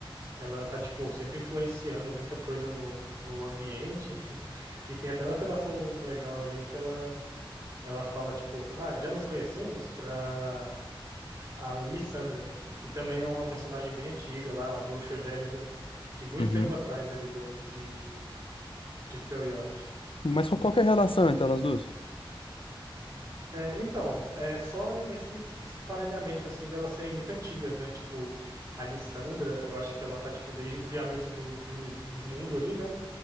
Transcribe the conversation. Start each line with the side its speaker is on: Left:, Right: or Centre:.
Right: ela tá, tipo, sempre influenciando muita coisa no, no ambiente. E tem até uma interação legal ali que ela, ela fala, tipo, ah, já nos conhecemos pra a Lissandra, que também é uma personagem bem antiga lá, uma bruxa gélida de muito
Left: uhum.
Right: tempo atrás ali do, de, de Freljord.
Left: Mas qual qual que é a relação entre elas duas?
Right: É, então, é só esse, esse parelhamento, assim, delas serem muito antigas, né? Tipo, a Lissandra, eu acho que ela tá, tipo, desde o criamento do, do, uni- do mundo ali, né?